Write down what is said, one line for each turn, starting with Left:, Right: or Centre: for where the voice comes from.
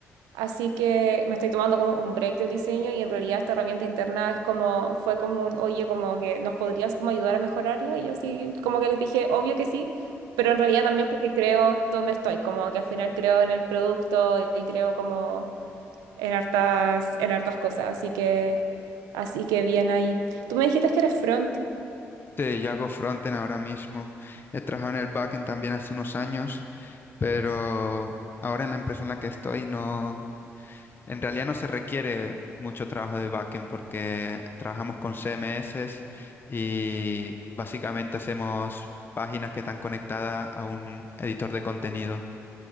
Right: Así que me estoy tomando como un break del diseño y en realidad esta herramienta interna es como, fue como un, oye, como que nos podrías como ayudar a mejorarla. Y yo así como que les dije, obvio que sí, pero en realidad también porque creo dónde estoy, como que al final creo en el producto y creo como en hartas, en hartas cosas. Así que, así que bien ahí. Tú me dijiste que eres front.
Left: Sí, yo hago frontend ahora mismo. He trabajado en el backend también hace unos años, pero ahora en la empresa en la que estoy no, En realidad no se requiere mucho trabajo de backend porque trabajamos con CMS y básicamente hacemos páginas que están conectadas a un editor de contenido.